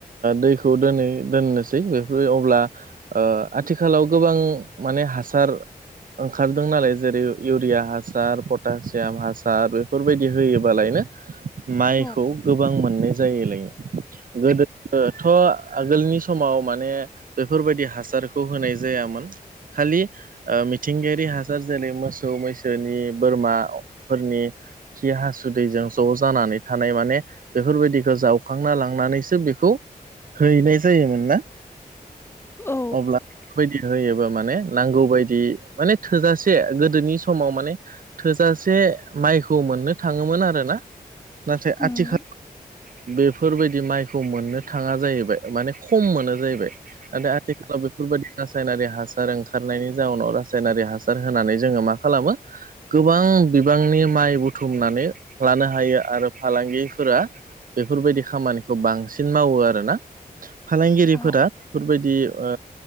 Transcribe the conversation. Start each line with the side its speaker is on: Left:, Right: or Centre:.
Right: दैखौ दोनै दोननोसै बेफोर अब्ला ओ आथिखालाव गोबां माने हासार ओंखारदों नालाय जेरै इउरिया हासार पटासियाम हासार बेफोरबायदि होयोबालायनो माइखौ
Left: औ
Right: गोबां मोननाय जायोलाय लोगो दोथ' आगोलनि समाव माने बेफोरबायदि हासारखौ होनाय जायामोन खालि मिथिंगायारि हासार जेरै मोसौ मैसोनि बोरमाफोरनि खि हासुदैजों ज' जानानै थानाय माने बेफोरबायदिखौ जावखांना लांनानैसो बेखौ हैनाय जायोमोन ना
Left: औ
Right: अब्ला बायदि होयोबा माने नांगौ बायदि माने थोजासे गोदोनि समाव माने थोजासे माइखौ मोननो थाङोमोन आरोना नाथाय
Left: नंगौ
Right: आथिखाल बेफोरबायदि माइखौ मोननो थाङा जाहैबाय माने खम मोनो जाहैबाय नाथाय आथिखालाव बेफोरबायदि रासायनारि हासार ओंखारनायनि जाउनाव रासायनारि हासार होनानै जोङो मा खालामो गोबां बिबांनि माइ बुथुमनानै लानो हायो आरो फालांगिफोरा बेफोरबायदि खामानिखौ बांसिन मावो आरोना फालांगिरिफोरा
Left: औ
Right: बेफोरबायदि दि ओ